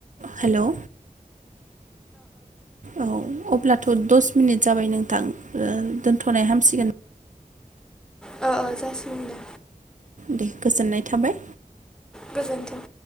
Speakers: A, on the right; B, in the centre.
A: हेलौ, औ अब्लाथ दस मिनिट जाबाय नोंथां ओ दोन्थनाय हामसिगोन
B: अ अ जासिगोन दे।
A: दे गोजोननाय थाबाय
B: गोजोन्थों।